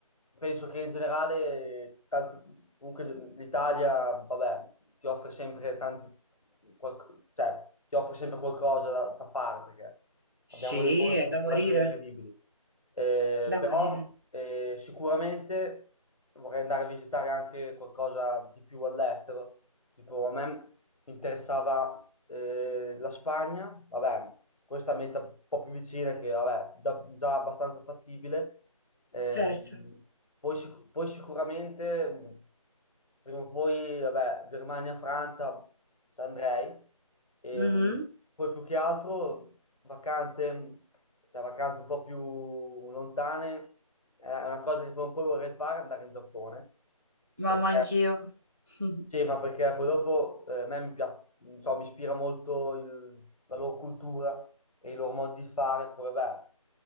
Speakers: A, on the left (about 70°); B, on the right (about 35°).
A: penso che in generale, tanto- comunque l'Italia, vabbè, ti offre sempre tanti, qual- cioè, ti offre sempre qualcosa da, da fare, perché abbiamo
B: Sì,
A: dei posti
B: è
A: che
B: da
A: secondo
B: morire.
A: me sono incredibili. Eh,
B: Da
A: però
B: morire.
A: eh, sicuramente vorrei andare a visitare anche qualcosa di più all'estero. Tipo, a me mi interessava eh, la Spagna, vabbè, questa meta un po' più vicina, che vabbè, già, già abbastanza fattibile Ehm,
B: Certo.
A: poi, sic- poi sicuramente, mh, prima o poi, vabbè, Germania, Francia, ci andrei. Ehm,
B: Mhm.
A: poi più che altro vacanze, mh, cioè vacanze un po' più lontane, è una cosa che prima o poi vorrei fare, andare in Giappone,
B: Mamma
A: perché
B: anch'io. <laughs>
A: sì, ma perché poi dopo eh, a me mi piace, non so, mi ispira molto il- la loro cultura e il loro modo di fare. Poi vabbè,